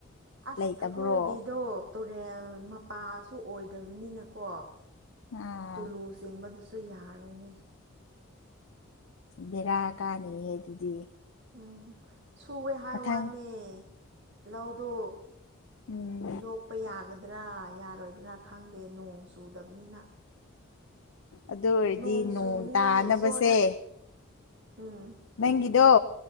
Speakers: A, on the right; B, on the left.
A: ꯑꯁ
B: ꯂꯩꯇꯕ꯭ꯔꯣ
A: ꯑꯩꯈꯣꯏꯒꯤꯗꯣ ꯇꯨꯔꯦꯜ ꯃꯄꯥꯁꯨ ꯑꯣꯏꯗꯕꯅꯤꯅꯀꯣ
B: ꯑꯥ
A: ꯇꯨꯂꯨ ꯆꯦꯡꯕꯗꯨꯁꯨ ꯌꯥꯔꯣꯏꯅꯦ
B: ꯕꯦꯔꯥ ꯀꯥꯅꯤꯍꯦ ꯑꯗꯨꯗꯤ
A: ꯎꯝ ꯁꯨꯑꯦ ꯍꯥꯏ
B: ꯃꯊꯪ
A: ꯋꯥꯅꯦ ꯂꯧꯗꯣ
B: ꯎꯝ
A: ꯂꯣꯛꯄ ꯌꯥꯒꯗ꯭ꯔꯥ ꯌꯥꯔꯣꯏꯗ꯭ꯔꯥ ꯈꯪꯗꯦ ꯅꯣꯡ ꯆꯨꯗꯕꯅꯤꯅ
B: ꯑꯗꯨ ꯑꯣꯏꯔꯗꯤ
A: ꯅꯣꯡ ꯆꯨꯅꯤꯉꯥꯏ
B: ꯇꯥꯅꯕꯁꯦ
A: ꯏꯁꯣꯔꯗ ꯎꯝ
B: ꯅꯪꯒꯤꯗꯣ